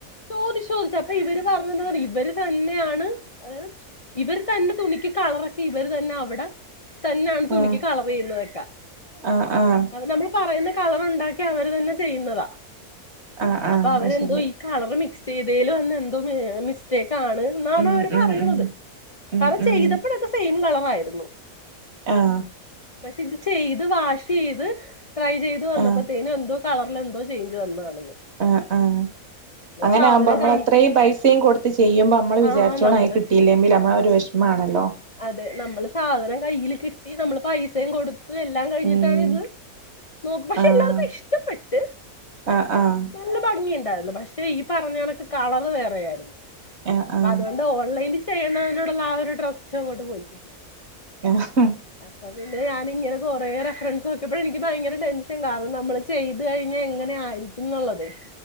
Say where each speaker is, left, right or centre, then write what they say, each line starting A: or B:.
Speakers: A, on the left (about 50°); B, on the right (about 45°).
A: ചോദി ചോദിച്ചു അപ്പൊ ഇവര് പറഞ്ഞതാണ് ഇവര് തന്നെയാണ് അ ഇവര് തന്നെ തുണിക്ക് കളറക്കി ഇവര് തന്നെ അവിടെ തന്നെയാണ് തുണിക്ക്
B: ആഹ്
A: കളർ ചെയ്യുന്നതൊക്കെ
B: ആഹ് ആഹ്
A: അപ്പ നമ്മൾ പറയുന്ന കളറുണ്ടാക്കി അവർ തന്നെ ചെയ്യുന്നതാ
B: ആഹ് ആഹ്
A: അപ്പൊ അവരെന്തോ
B: അത് ശരി
A: ഈ കളർ ചെയ്തൽ വന്ന് എന്തോ മിസ്റ്റേക്ക് കാണ് എന്നാണ്
B: ഉം
A: അവര്
B: ഉം
A: പറയുന്നത്
B: ഉം ഉം
A: കളർ
B: ഉം
A: ചെയ്തപ്പോഴൊക്കെ സെയിം കളറായിരുന്നു
B: ആഹ
A: പക്ഷെ ഇത് ചെയ്ത് വാഷ് ചെയ്ത് ട്രൈ ചെയ്ത് വന്നപ്പോ
B: ആഹ്
A: എന്തോ കളറിൽ എന്തോ ചേഞ്ച് വന്നതാണ്
B: ആഹ ആഹ അങ്ങനെ
A: സാധനം
B: ആകുമ്പോ നമ്മൾ
A: കൈ
B: അത്രയും
A: കിട്ടി
B: പൈസയും കൊടുത്ത് ചെയ്യുമ്പോൾ നമ്മള് വിചാരിച്ചോണ
A: ആഹ് നമ്മള്
B: ആയി കിട്ടില്ലെങ്കിൽ നമ്മ ഒരു വി മാണല്ലോ
A: അതെ നമ്മള് സാധനം കയ്യിൽ കിട്ടി നമ്മള് പൈസയും കൊടുത്ത എല്ലാം കഴിഞ്ഞിട്ടാണ്
B: ഉം
A: ഇത് നോക്ക് പക്ഷെ
B: ആഹ്
A: എല്ലാവർക്കും ഇഷ്ടപ്പെട്ട്
B: ആഹ് ആഹ്
A: നല്ല ഭംഗിയുണ്ടായിരുന്നു പക്ഷെ ഈ പറഞ്ഞ കണക്ക് കളറ് വേറെ-
B: ആഹ് ആഹ്
A: അതോണ്ട് ഓൺലൈനി- ചെയ്യണതിനോടുള്ള ആ ഒരു ഡ്രസ്സും അങ്ങോട്ട് പോയിക്കിട്ടി
B: ആഹ്
A: അപ്പൊ പിന്നെ ഞാനിങ്ങനെ കൊറെ റെഫറൻസ് നോക്കിയപ്പോഴ എനിക്ക് ഭയങ്കര ടെൻഷൻ കാര നമ്മള് ചെയ്ത് കഴിഞ്ഞ് എങ്ങനെ ആയിരിക്കുംന്നുള്ളതെ-